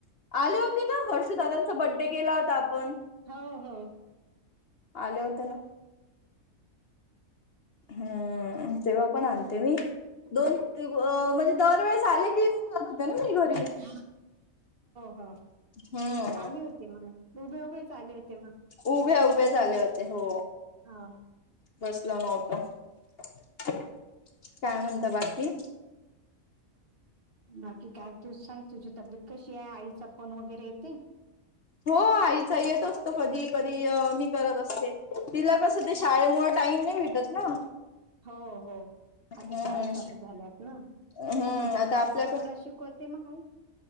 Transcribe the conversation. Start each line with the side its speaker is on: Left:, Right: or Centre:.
Left: आले होते ना हर्षुदादांचा बड्डे केला होता आपण
Right: हो हो
Left: आले होते ना हम्म तेव्हा पण आलते <unintelligible> दोन दिव म्हणजे दरवेळेस आले की युन करत होतो ना निरोप
Right: ह ह
Left: हो.
Right: आली होती मंग, उभे उभेच आले होती मग
Left: उभ्या उभ्याचं आले होते हो
Right: हा.
Left: बसला नवतो, काय म्हणता बाकी?
Right: बाकी काय तू सांग, तुझी तब्येत कशी आहे? आईचा फोन वगैरे येते.
Left: हो आईचा येत असतो, कधी कधी अ मी करत असते तिला कसं ते शाळेमुळ टाईम नाही भे टत ना
Right: हो हो आता
Left: हम्म
Right: शाळा चालू झाल्यात ना,
Left: हम्म
Right: कोणत्या
Left: आता
Right: कोणत्या
Left: आपल्याक
Right: वर्गाला शिक? कवते मंग आई